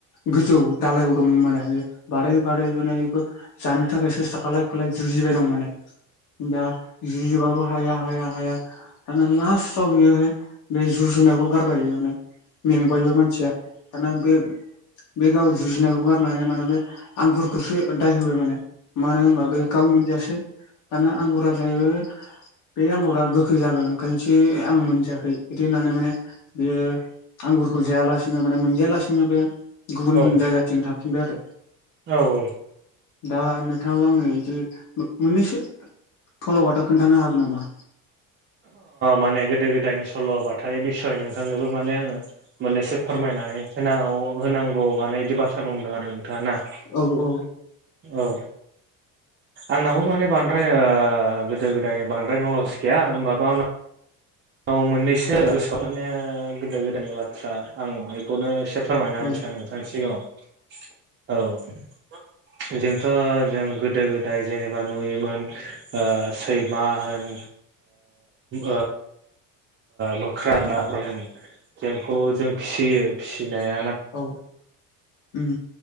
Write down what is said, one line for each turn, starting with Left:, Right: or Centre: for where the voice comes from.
Left: गोजौ दालायाव दं माने ओ बारै बारै माने बेखौ जानो थाखाय सेस्था खालाय खालाय जुजिबाय दं माने दा जुजिबाबो हाया हाया हाया दाना लास्टआव बियोहाय बे जुनायखौ गारबाय बेयावनो। मेंबायबो मानसिया दाना बे बे गाव जुजिनायखौ गारनानै माने बे आंगुरखौसो दाय होबाय माने मानो होनबा बे गाव मोनजायासै दाना आंगुरा जाहैबाय बे आंगुरा गोखै जागोन ओंखायनोसो आं मोनजायाखै बिदि होननानै माने बेयो आंगुरखौ जायालासिनो माने मोनजायालासिनो बे गुबुन
Right: औ
Left: जायगाथिजों थांफिनबाय आरो।
Right: औ औ।
Left: दा नोंथांआबो आंनो बिदि मोननैसो सल'बाथा खोन्थानो हागोन नामा?
Right: माने गोदो गोदायनि सल'बाथाय बिसय नोंथांनोबो माने आंङो मोननैसो फोरमायनानै सोराव होनांगौ माने बिदि बाथ्रा बुंदों आरो नोंथांङा ना।
Left: औ औ
Right: औ आंनावो माने बांद्राय गोदो गोदायनि बांद्राय नलेज गैया होमबाबो आंनाव औ मोननैसो माने गोदो गोदायनि बाथ्रा आं बेखौनो एसे फोरमायना
Left: औ
Right: होनसै आं नोंथांनि सिगाङाव औ जोंथ' जों गोदो गोदाय जेनेबा नुयोमोन सैमा होन ओ मोख्रा ना होन जोंखौ जों फिसियो फिसिनाय ना
Left: औ उम